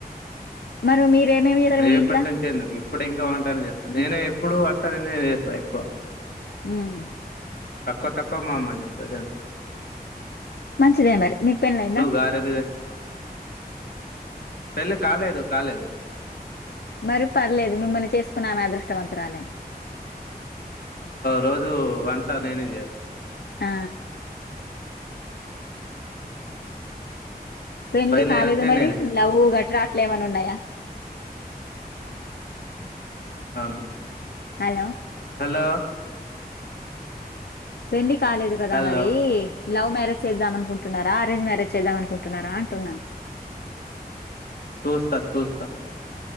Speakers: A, on the left; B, on the left.
A: మరె మీ
B: రేపటి
A: ఇంట్ల?
B: నుంచెందుకు ఇప్పుడు ఇంకా వంటన చేస్తా నేను ఎప్పుడు అన్ ట నేనే చేస్తా ఎక్కువ
A: హుమ్
B: తక్కువ తక్కువ మామ్మ చేస్తది అన్
A: మంచిదే మరి మీకు పెళ్ళైందా?
B: గారెలు చేసి పెళ్ళి కాలేదు కాలేదు
A: మరి పర్లేదు మిమ్మల్ని చేసుకునే ఆమె అదృష్టవంతురాలే
B: రోజు వంట నేనే చేయా
A: ఆ! పెండ్లీ
B: బయలుదేరంటే
A: కాలేదు మరి
B: నేనేయ్యాలి
A: లవ్వు గట్రా ఇట్లేమన్నున్నాయా
B: <inaudible> అవునా
A: హలో
B: హలో
A: పెండ్లి కాలేదు కదా
B: హలో
A: మరి లవ్ మ్యారేజ్ చేద్దాం అనుకుంటున్నారా అరేంజ్ మ్యారేజ్ చేద్దాం అనుకుంటున్నారా అంటున్నా
B: చూస్తా చూస్తా